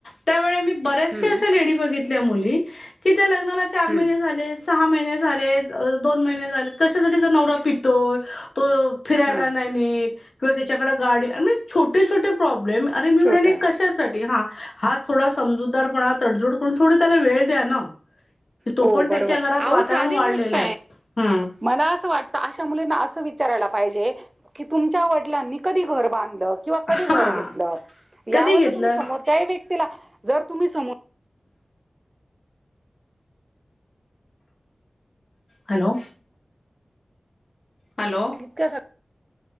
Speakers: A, on the left; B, on the right.
A: त्यावेळी मी बऱ्याचशा
B: हं,
A: अशा लेडी बघितल्या मुली त्या लग्नाला चार
B: हं,
A: महिने झाले सहा महिने झाले, दोन महिने झाले, कशासाठी नवरा पितोय तो फिरायला
B: हं,
A: नाही नेत किंवा त्याच्याकडे गाडी आणि म्हणजे छोटे छोटे प्रॉब्ले प्रॉब्लेम अरे मी
B: छोटा
A: म्हणा कशासाठी.? हा हा थोडा समजूतदारपणा तडजोड करून थोड त्याला वेळ द्या ना तो
B: हो
A: पण
B: बरोबर
A: त्याच्या घरात वातावरण
B: अहो साधी
A: वाढलेलं
B: गोष्ट
A: आहे ह
B: मला असं वाटतं अशा मुलींना असं विचारायलात की तुमच्या वडिलांनी कधी घर बांध किंवा कधी
A: हा
B: घर घेत
A: कधी
B: यावर
A: घेतलं
B: तुम्ही समोरच्या व्यक्तीला जर तुम्ही समो
A: हॅलो हॅलो
B: इतकं